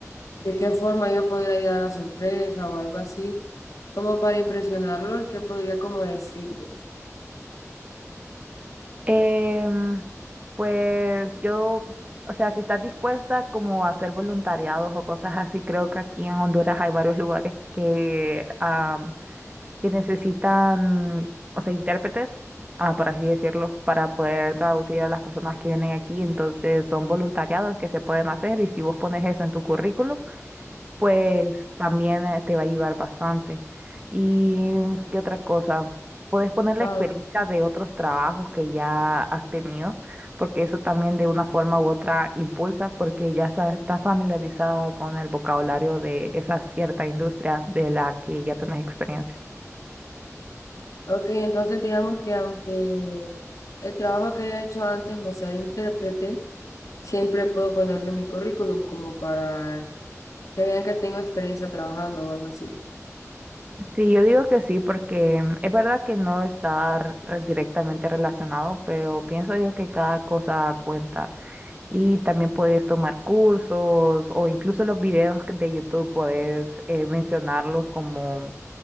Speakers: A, on the left (about 80°); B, on the right (about 25°).
A: de qué forma yo podría ayudar a su empresa o algo así, como para impresionarlos, ¿qué podría como decirles?
B: Em, pues yo, o sea, si estás dispuesta como a hacer voluntariados o cosas así, creo que aquí en Honduras hay varios lugares que, am, que necesitan, o sea, intérpretes, ah, por así decirlo, para poder traducir a las personas que vienen aquí. Entonces son voluntariados que se pueden hacer y si vos pones eso en tu currículum, pues también eh, te va a ayudar bastante. ¿Y qué otra cosa? Puedes poner la
A: Ah,
B: experiencia
A: ok,
B: de otros trabajos que ya has tenido, porque eso también de una forma u otra impulsa, porque ya sa- estás familiarizada con el vocabulario de esa cierta industria de la que ya tenés experiencia.
A: Ok, entonces digamos que aunque el trabajo que haya hecho antes no sea de intérprete, siempre puedo ponerlo en mi currículum como para que vean que tengo experiencia trabajando o algo así.
B: Sí, yo digo que sí, porque mm, es verdad que no está re- directamente relacionado, pero pienso yo que cada cosa cuenta. Y también puedes tomar cursos o incluso los videos que- de YouTube puedes eh, mencionarlos como,